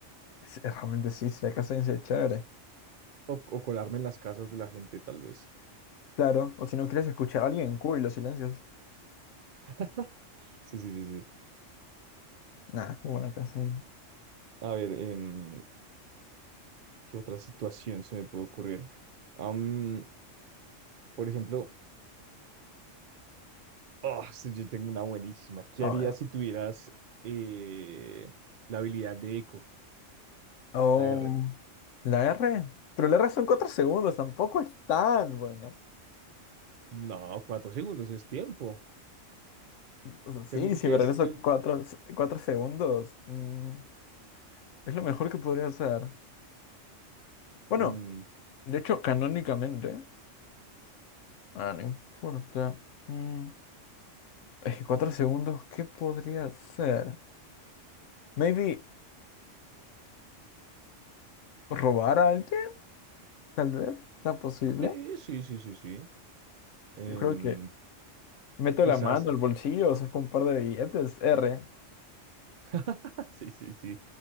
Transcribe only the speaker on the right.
o, o colarme en las casas de la gente, tal vez.
<laughs> Sí, sí, sí, sí.
A ver, em, ¿qué otra situación se me puede ocurrir? Am, por ejemplo, ah, sí, yo tengo una buenísima. ¿Qué
harías
si tuvieras eh, la habilidad de eco,
la R?
No, cuatro segundos es tiempo.
Según
que
es.
eh,
mm,
sí, sí, sí, sí, sí. Em,
quizás.
<laughs> Sí, sí, sí.